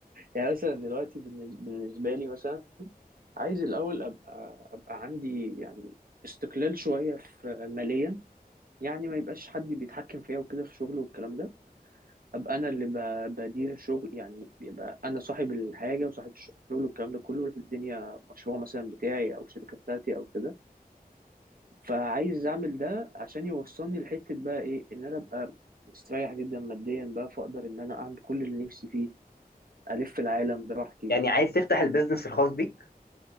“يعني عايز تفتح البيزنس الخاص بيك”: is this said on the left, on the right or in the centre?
Left